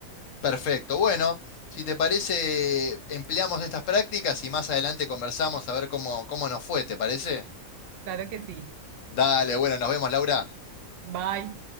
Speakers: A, on the left (about 65°); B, on the right (about 70°).
A: Perfecto, bueno, si te parece, empleamos estas prácticas y más adelante conversamos a ver cómo, cómo nos fue, ¿te parece?
B: Claro que sí.
A: Dale, bueno, nos vemos, Laura.
B: Bye.